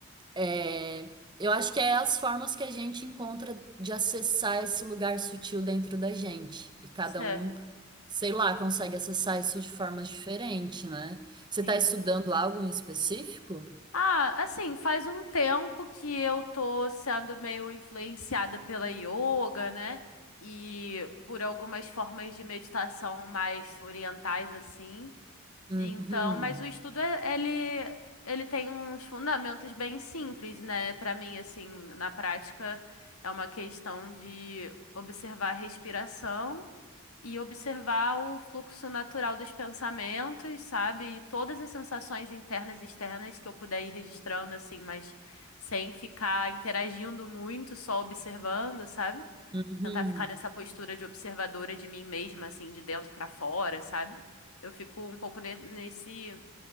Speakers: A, on the right (about 20°); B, on the left (about 75°).
A: É, eu acho que é as formas que a gente encontra de acessar esse lugar sutil dentro da gente. E cada
B: Certo.
A: um, sei lá, consegue acessar isso
B: Uhum.
A: de formas diferentes, né? Você
B: Sim.
A: está estudando algo em específico?
B: Ah, assim, faz um tempo que eu tô sendo meio influenciada pela yoga, né? E por algumas formas de meditação mais orientais, assim.
A: Uhum,
B: Então, mas o estudo, é- ele, ele tem uns fundamentos bem simples, né? Pra mim, assim, na prática, é uma questão de observar a respiração. e observar o fluxo natural dos pensamentos, sabe? E todas as sensações internas e externas que eu puder ir registrando, assim, mas sem ficar interagindo muito, só observando, sabe?
A: uhum.
B: Tentar ficar nessa postura de observadora de mim mesma, assim, de dentro pra fora, sabe? Eu fico um pouco ne- nesse